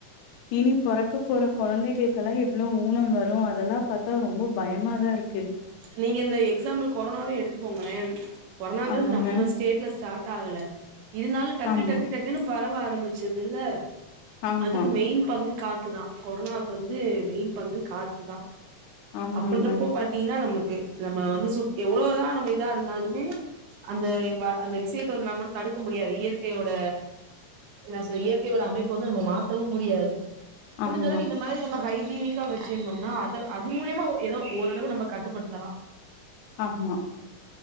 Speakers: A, on the left; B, on the right.
A: இனி பொறக் க்கப் போற குழந்தைகளுக்கெல்லா எவ்வளோ ஊனோ வரு அதெல்லாம் பாத்தா ரொம்ப பயமா தா இரு
B: நீங்க இந்த எக்ஸாம்பிள் கொரோனாவே எடுத்துக்கோங்களே கொரோனாங்கறது
A: ஆமாங்க.
B: நம்ம ஸ்டேட்ல ஸ்டார்ட் ஆகல இருந்தாலு டக்கு
A: ஆமா.
B: டக்கு டக்குன்னு பரவ ஆரம்பிச்சதுல
A: ஆமா.
B: அதுக்கு மெயின் பங்கு காத்துதா கொரோனாவுக்கு வந்து மெயின் பங்கு காத்துதா
A: ஆமாங்க
B: அப்டின்றப்போ <unintelligible> நமக்கு நம்ம வந்து சுத் எவ்வளோதா நம்ம இதா இருந்தாலுமே அந்த வ அந்த விஷயத்த வந்து நம்ம தடுக்க முடியாது இயற்கையோட என்ன சோ இயற்கையோட அமைப்ப வந்து நம்ம மாத்தவு முடியாது முடிஞ்சளவு
A: ஆமா.
B: இந்த மாரி நம்ம ஹைஜீனிக்கா வச்சிருந்தோம்னா அத அது மூலியமா ஏதோ ஓரளவு நமக் கட்டுப்படுத்தலாம்
A: ஆமா